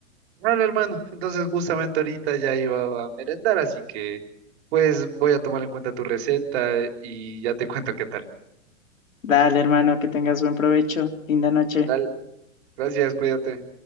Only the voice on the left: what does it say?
Dale, hermano, que tengas buen provecho, linda noche.